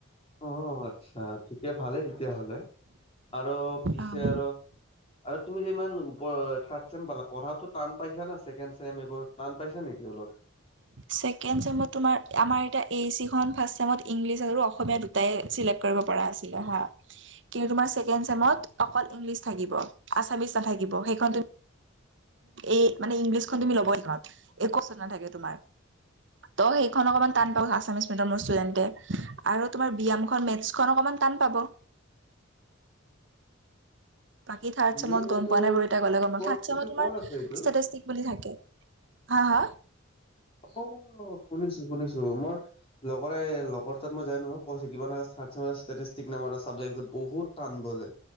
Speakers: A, on the left; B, on the right.
A: অ আচ্ছা! ঠিকে ভালেই তেতিয়য়াহ'লে আৰু পিছে
B: অ
A: আৰু আৰু তুমি যে, ইমান ওপৰ, থাৰ্ড ছেম পালা, পঢ়াটো টান পাইছানে, ছেকেণ্ড ছেম এইবোৰ, টান পাইছে নেকি অলপ?
B: ছেকেণ্ড ছেমত তোমাৰ, আমাৰ এতিয়া, এ এ চি খন ফাৰ্ষ্ট টাইমত ইংলিছ আৰু অসমীয়া দুটাই, চিলেক্ট কৰিব পৰা আছিলে, হা। কিন্তু, তোমাৰ ছেকেণ্ড ছেমত, অকল ইংলিছ থাকিব, আছামিছ নাথাকিব। সেইখন তুমি এই, মানে ইংলিছখন তুমি ল'বই লাগিব, <unintelligible> নাথাকে, তোমাৰ। ত' সেইখন অকমান টান পাব আছামিছ মিডিয়ামৰ ষ্টুডেন্টে! আৰু তোমাৰ ব্যয়ামখন, মেটচ খন অকণমান টান পাব। বাকী, থাৰ্ড
A: বি
B: ছেমত
A: এম
B: গম
A: এইটো
B: পোৱা নাই বাৰু। এতিয়া, গ'লে গম পাম।
A: ক'ত
B: থাৰ্ড ছেমত
A: এইটো
B: তোমাৰ,
A: ক'ত আছে এইটো
B: ষ্টেটিষ্টিক বুলি থাকে। হা হা?
A: অ'! শুনিছোঁ-শুনিঁছো। মই লগৰে, লগৰ তাত মই যাই নহয়, কৈছে! কিবা এটা ষ্টেটিষ্টিক বহুত টান বোলে!